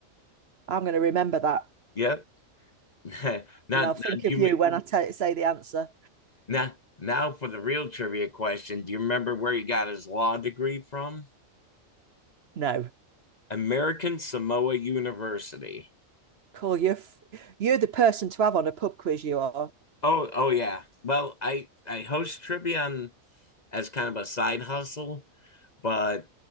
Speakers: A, on the right (about 55°); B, on the left (about 35°).
A: I'm going to remember that,
B: Yep. <laughs> not not
A: and I'll think
B: Jimmy
A: of you when I tell say the answer.
B: now now for the real trivia question. Do you remember where he got his law degree from?
A: No,
B: American Samoa University.
A: cool. You're you're the person to have on a pub quiz. You are.
B: Oh, oh yeah. Well, I I host trivia on as kind of a side hustle but